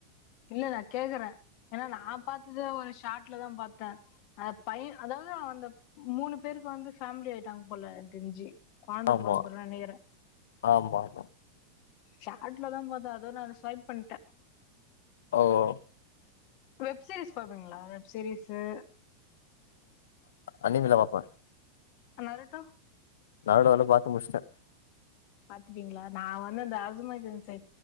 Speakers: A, on the left; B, on the left.
A: இல்ல நா கேக்குற ஏன்னா நா பாத்தது ஒரு ஸ்டாட்லதா பாத்த அ பைய அதாவ்து அந்த மூணு பேருக்கு வந்து ஃபேம்லி ஆயிட்டாங்க போல எனக் தெஞ்சி கொழந்த
B: ஆமா
A: பொறந்துரு நெனக்கிற
B: ஆமா ஆமா
A: ஷாட்லதா பாத்த அது நா ஸ்வைப் பண்ட்ட
B: ஒ ஒ
A: வெப் சீரிஸ் பாப்பிங்ளா சரி சார்
B: அண்ணிமிலாம் பாப்பா
A: அனாரட்டோ
B: நரோட்டோலா பார்த்து முடிச்சுட்டேன்
A: பாத்துட்டீங்களா நான் வந்து அந்த அசமேசைன்